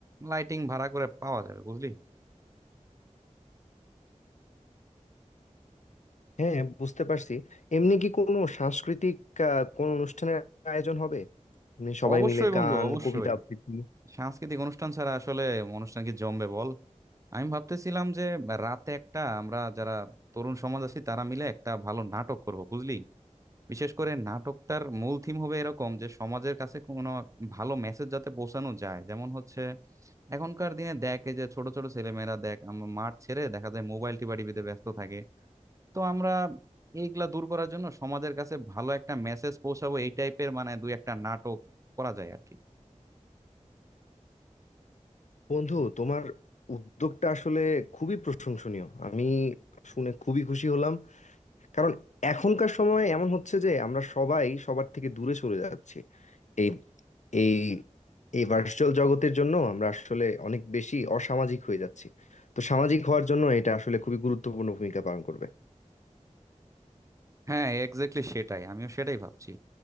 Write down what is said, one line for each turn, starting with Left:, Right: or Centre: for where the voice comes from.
Right: লাইটিং ভাড়া করে পাওয়া যাবে বুঝলি
Left: হ্যাঁ বুঝতে পারছি এমনি কি কোনো সাংস্কৃতিক আহ, কোনো অনুষ্ঠানের আয়োজন হবে এমনি সবাই
Right: অবশ্যই
Left: মিলে গান
Right: বন্ধু অবশ্যই
Left: কবিতা আবৃত্তি
Right: সাংস্কৃতিক অনুষ্ঠান ছাড়া আসলে অনুষ্ঠান কি জমবে বল আমি ভাবতেছিলাম যে রাতে একটা আমরা যারা তরুণ সমাজ আছি তারা মিলে একটা ভালো নাটক করব বুঝলি বিশেষ করে নাটকটার মূল থিম হবে এরকম যে সমাজের কাছে কোনো ভালো মেসেজ যাতে পৌঁছানো যায় যেমন হচ্ছে এখনকার দিনে দেখ এই যে ছোট ছোট ছেলেমেয়েরা দেখ আমরা মাঠ ছেড়ে দেখা যায় মোবাইল টিপা টিপিতে ব্যস্ত থাকে তো আমরা এইগুলা দূর করার জন্য সমাজের কাছে ভালো একটা মেসেজ পৌঁছাবো এই টাইপের মানে দুই একটা নাটক করা যায় আর কি
Left: বন্ধু তোমার উদ্যোগটা আসলে খুবই প্রশংসনীয় আমি শুনে খুবই খুশি হলাম কারণ এখনকার সময়ে এমন হচ্ছে যে আমরা সবাই সবার থেকে দূরে সরে যাচ্ছি এই এই এই ভার্চুয়াল জগতের জন্য আমরা আসলে অনেক বেশি অসামাজিক হয়ে যাচ্ছি তো সামাজিক হওয়ার জন্য এটা আসলে খুবই গুরুত্বপূর্ণ ভূমিকা পালন করবে
Right: হ্যাঁ এক্স্যাক্টলি সেটাই আমিও সেটাই ভাবছি